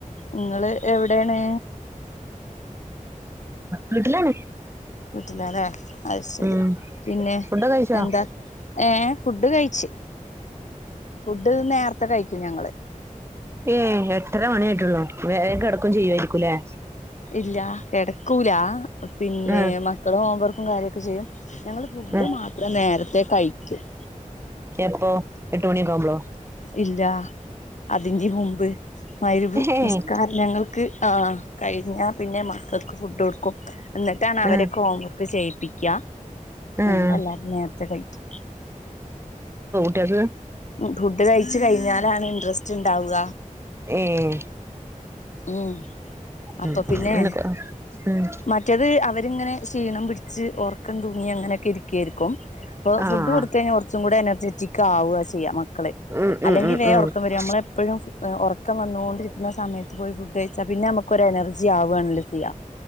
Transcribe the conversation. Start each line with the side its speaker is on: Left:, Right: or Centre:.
Left: ഇങ്ങള് എവിടേണ്
Right: വീട്ടിലാണ്
Left: വീട്ട്ലാല്ലേ അത്ശെരി
Right: ഉം
Left: പിന്നെ
Right: ഫുഡൊക്കെ കഴിച്ചോ
Left: എന്താ ഏ ഫുഡ് കഴിച്ച് ഫുഡ് നേർത്തെ കഴി ക്കും ഞങ്ങള്
Right: ഏ എട്ടര മണിയായ്ട്ടാെള്ളു വേഗം കെടക്കും ചെയ്യു ആയിരിക്കുംലേ
Left: ഇല്ല കെടക്കൂല പിന്നെ
Right: ആഹ്
Left: മക്കള് ഹോംവർക്ക് ക്കും കാര്യൊക്കെ ചെയ്യും ഞങ്ങള് ഫുഡ്
Right: ഉം
Left: മാത്രം നേരത്തേ കയി <unintelligible>
Right: എപ്പോ എട്ട് മണി ഒക്കാവുമ്പളോ
Left: ഇല്ല അതിന്റിം മുമ്പ് മയ്രിബ്
Right: ഏഹ്
Left: നിസ്കാര ഞങ്ങൾക്ക് ആ കഴിഞ്ഞാ പിന്നെ മക്കൾക്ക് ഫുഡാെട്ക്കും എന്നിട്ടാണ് അവരൊക്കെ
Right: ഉം
Left: ഹോം വർക്ക് ചെയ്യിപ്പിക്ക
Right: ഉം
Left: ഞങ്ങെല്ലാരും നേരത്തെ കഴിക്കും
Right: യത്
Left: ഫുഡ് കഴിച്ച് കഴിഞ്ഞാലാണ് ഇൻട്രസ്റ്റ്ണ്ടാവ
Right: ഏ
Left: ഉം അപ്പൊ
Right: ഉം
Left: പിന്നെ
Right: എന്നൊക്കെ ഉം
Left: മറ്റത് അവരിങ്ങനെ ക്ഷീണം പി ച്ച് ഒർക്കം തൂങ്ങി അങ്ങനെക്കെ ഇരിക്കായ്ര്ക്കും പ്പോ
Right: ആ
Left: ഫുഡ്
Right: ആ
Left: കൊടുത്ത് കഴിഞ്ഞാ കൊറച്ചും കൂടെ എനർജെറ്റിക്കാവാ ചെയ്യ മക്കള്
Right: ഉം
Left: അല്ലെങ്കിൽ
Right: ഉം ഉം
Left: വേം
Right: ഉം
Left: ഒറക്കം വരും നമ്മളെപ്പഴും എ ഒറക്കം വന്നോണ്ടിരിക്ക്ന്ന സമയത്ത് പോയി ഫുഡ് കഴിച്ചാ പിന്നെ ഞമക്കൊരു എനർജി ആവാണല്ലോ ചെയ